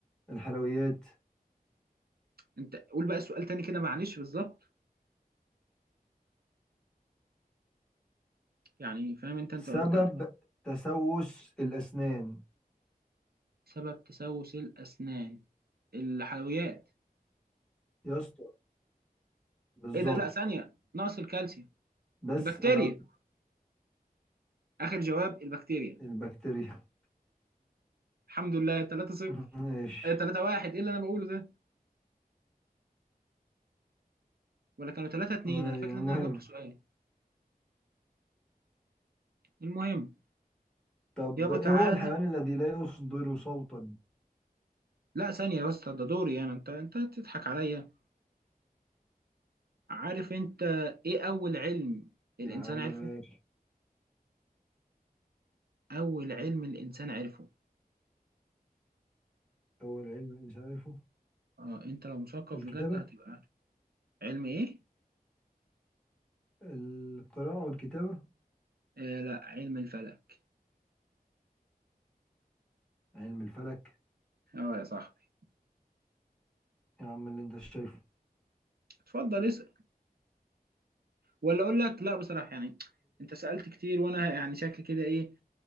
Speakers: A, in the centre; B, on the right (about 85°).
A: الحلويات
B: انت قول بقى السؤال تاني كده معلش بالظبط يعني فاهم انت انت
A: سبب
B: قلت أنا.
A: تسوس الاسنان
B: سبب تسوس الاسنان الحلويات
A: يا اسطى بالظبط
B: ايه ده لا ثانية نقص الكالسيوم
A: بس
B: البكتيريا
A: انا قلت
B: اخر جواب البكتيريا
A: البكتيريا
B: الحمد لله 3 0
A: ماشي
B: آه، 3 1 ايه اللي انا بقوله ده ولا كانوا 3 2
A: ما
B: انا
A: علينا.
B: فاكر
A: المهم
B: ان انا جبت سؤال المهم
A: طب
B: يابا
A: ايه
B: تعالى
A: هو الحيوان الذي لا يصدر صوتا
B: لا ثانية بس ده دوري انا انت انت تضحك عليا عارف انت ايه اول علم الانسان
A: يا عم
B: عرفه
A: ماشي
B: اول علم الانسان عرفه
A: اول علم الانسان عارفه
B: اه انت لو مثقف
A: الكتابة
B: بجد هتبقى عارف علم ايه
A: القراءة والكتابة
B: آه لا علم الفلك
A: علم الفلك
B: اه يا صاحبي
A: يا عم اللي انت شايفه
B: اتفضل اسال ولا اقول لك لا بصراحه يعني انت سالت كتير وانا يعني شكل كده ايه